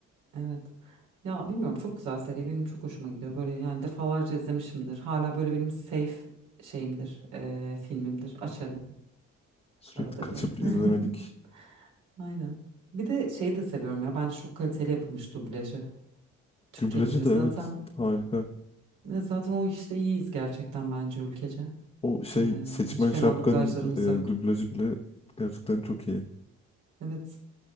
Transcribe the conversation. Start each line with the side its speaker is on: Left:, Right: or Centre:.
Right: Evet. Ya bilmiyorum çok güzel seri benim çok hoşuma gidiyor. Böyle yani defalarca izlemişimdir. Hala böyle benim safe şeyimdir, eee, filmimdir. Açarım
Left: Sürekli
Right: arada
Left: kaçıp
Right: bir.
Left: izlemelik.
Right: <laughs> Aynen. Bir de şeyi de seviyorum ya. Bence çok kaliteli yapılmış dublajı. Türkçe
Left: Dublajı
Right: dublajı
Left: da
Right: zaten
Left: evet harika.
Right: e, zaten o işte iyiyiz gerçekten bence ülkece.
Left: O şey
Right: Eee,
Left: seçmen
Right: hiç fena
Left: şapkanın
Right: dublajlarımız
Left: e,
Right: yok.
Left: dublajı bile gerçekten çok iyi.
Right: Evet.